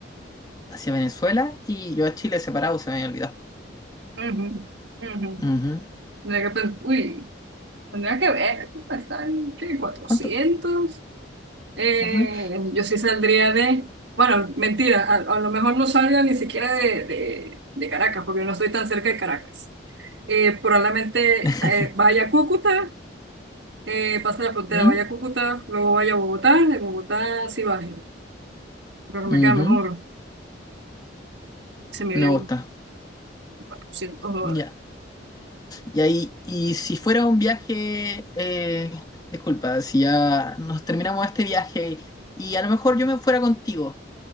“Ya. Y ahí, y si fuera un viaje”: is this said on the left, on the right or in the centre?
Left